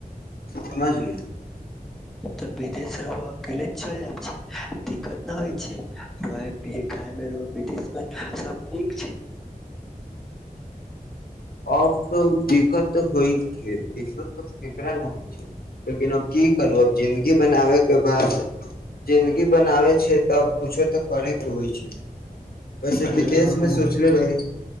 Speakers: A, on the left; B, in the centre.
A: समझली
B: तऽ विदेश रह अके चल जाब छै दिक्कत न होइ खाय मे विदेश मे सब नीक छै।
A: अब तऽ दिक्कत तऽ होइ छै। दिक्कत तऽ केकरा ने होइ छै लेकिन अब की करू आब जिंन्दगी बनाबे, के बाद जिन्दगी बनाबै छै। तब कुछो तऽ करे के होइ छै। वैसे विदेशमें
B: रह
A: सोचनेे रहि,